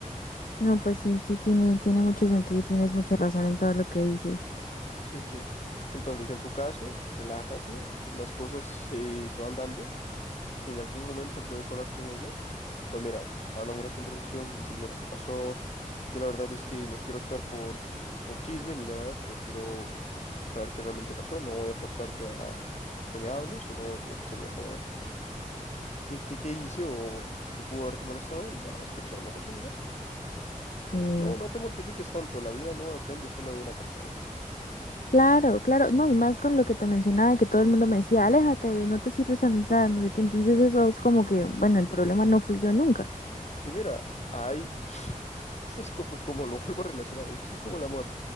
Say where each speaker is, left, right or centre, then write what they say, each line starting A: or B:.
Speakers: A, on the left; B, on the left.
A: No, pues sí, sí tiene, tiene mucho sentido y tienes mucha razón en todo lo que dices.
B: Sí, sí. Entonces, en tu caso, relájate, las cosas se, se van dando. Si en algún momento puedes hablar con ella, pues mira, te hablan una conversación, le dices, mira, ¿qué pasó? Yo la verdad es que no quiero actuar por, por chisme ni nada, solo quiero saber qué realmente pasó. No voy a forzarte a que me hables, solo me gustaría saber qué, qué, qué hice o qué pudo haberte molestado y nada más quiero saber la razón y ya.
A: Mm,
B: No, no te mortifiques tanto, la vida no depende solo de una persona.
A: Claro, claro, no, y más con lo que te mencionaba, que todo el mundo me decía, aléjate, no te sirves amistad, no sé qué. Entonces eso es como que, bueno, el problema no fui yo nunca.
B: Y mira, hay, <laughs> esto es como, como lo vuelvo a relacionar, esto es como el amor.